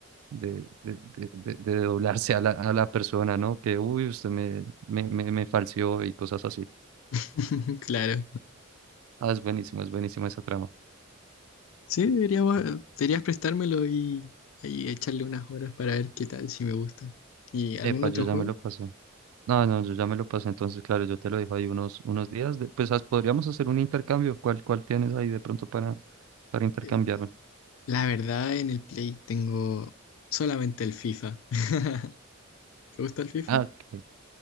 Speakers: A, on the right; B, on the left.
A: de, de, de, de- de doblarse a la, a la persona, ¿no? Que, uy, usted me, me, me, me falseó y cosas así.
B: <laughs> Claro.
A: Ah, es buenísimo, es buenísima esa trama.
B: Sí, deberíamos, deberías prestármelo y, y echarle unas horas para ver qué tal, si me gustan. ¿Y algún
A: Epa,
B: otro
A: yo ya
B: juego?
A: me lo pasé. No, no, yo ya me lo pasé. Entonces, claro, yo te lo dejo ahí unos, unos días. de- pues haz- podríamos hacer un intercambio. ¿Cuál, cuál tienes ahí de pronto para, para intercambiarme?
B: Eh, La verdad, en el Play tengo solamente el FIFA. <laughs> ¿Te gusta el FIFA?
A: Ah, ok.